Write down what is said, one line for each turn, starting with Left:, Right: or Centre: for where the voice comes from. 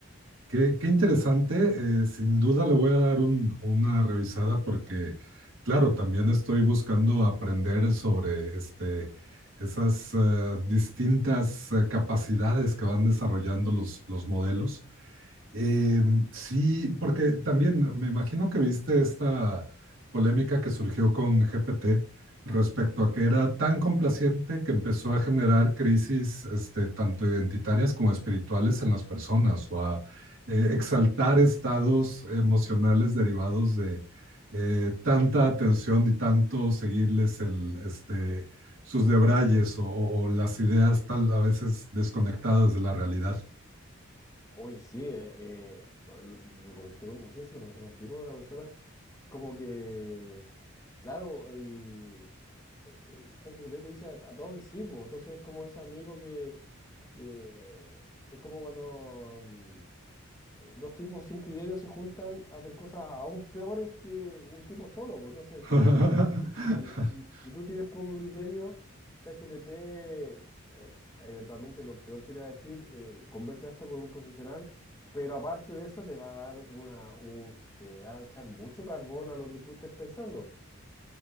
Right: Qué, qué interesante, eh, sin duda le voy a dar un- una revisada porque, claro, también estoy buscando aprender sobre este, esas eh, distintas eh, capacidades que van desarrollando los, los modelos. Eh, sí, porque también me imagino que viste esta polémica que surgió con GPT respecto a que era tan complaciente que empezó a generar crisis, este, tanto identitarias como espirituales en las personas o a eh, exaltar estados emocionales derivados de eh, tanta atención y tanto seguirles el, este, sus debrayes o, o las ideas tal a veces desconectadas de la realidad.
Left: Oye, sí, eh, eh, lo, lo comenté, con- no sé si lo comenté contigo, con otra persona Como que, claro, el, eh, eh, ChatGPT te dice a, a todo que sí, po. Entonces es como ese amigo que, que es como cuando mm, eh, dos tipos sin criterio se juntan, hacen cosas aún peores que un tipo solo, pues entonces
Right: <laughs>
Left: si, si- si- si tú tienes poco criterio, ChatGPT eh, eventualmente lo peor que te va a decir, eh, conversa esto con un profesional, pero aparte de eso te va a dar una, un- te va a echar mucho carbón a lo que tú estés pensando.